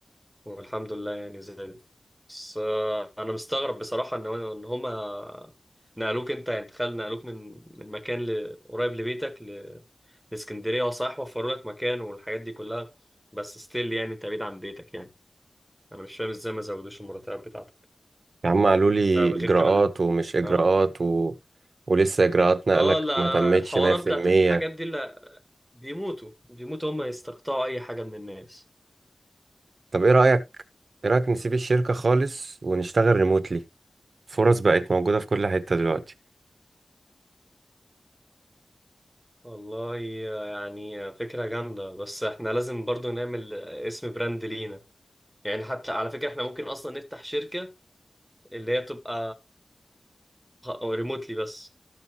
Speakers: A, in the centre; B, on the right (about 65°).
A: والحمد لله يعني زادت بس آه انا مستغرب بصراحة ان هو- ان هما نقلوك انت يعني تخيل نقلوك من من مكان ل- قريب لبيتك اسكندريه اه صح وفروا لك مكان والحاجات دي كلها بس ستيل يعني انت بعيد عن بيتك يعني انا مش فاهم ازاي ما زودوش المرتبات بتاعتك
B: يا عم قالوا لي
A: ده بغير
B: اجراءات
A: كمان
B: ومش اجراءات
A: اه
B: و... ولسه اجراءات نقلك
A: اه لا
B: ما تمتش
A: الحوارات
B: 100%
A: بتاعت الحاجات دي لا بيموتوا بيموتوا هم يستقطعوا اي حاجه من الناس
B: طب ايه رايك ايه رايك نسيب الشركه خالص ونشتغل ريموتلي فرص بقت موجوده في كل حته دلوقتي
A: والله يعني فكره جامده بس احنا لازم برضو نعمل اسم براند لينا يعني حتى على فكره احنا ممكن اصلا نفتح شركه اللي هي تبقى ريموتلي بس